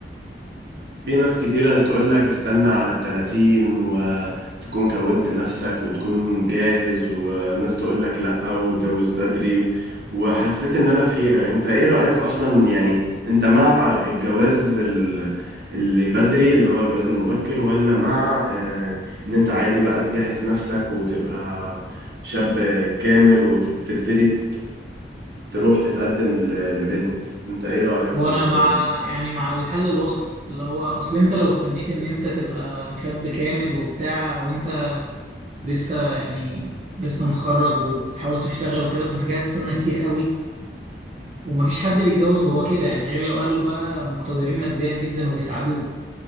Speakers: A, on the right; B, on the right.
A: في ناس كتيرة تقول لك استنى على التلاتين وتكون كونت نفسك وتكون جاهز وناس تقول لك لأ واتجوز بدري وحسيت إن أنا في حيرة أنت إيه رأيك أصلا يعني أنت مع الجواز ال- اللي بدري اللي هو الجواز المبكر ولا مع آه، إن أنت عادي بقى تجهز نفسك وتبقى شاب كامل وتبتدي تروح تتقدم ل- لبنت أنت إيه رأيك
B: وأنا
A: في الموضوع
B: مع
A: ده؟
B: يعني مع الحل الوسط اللي هو أصل أنت لو استنيت إن أنت تبقى شاب كامل وبتاع وأنت لسه يعني لسه متخرج وبتحاول تشتغل وكده فأنت كده هتستنى كتير قوي ومفيش حد بيتجوز هو كده يعني غير لو اهله بقى مقتدرين ماديا جدا وبيساعدوه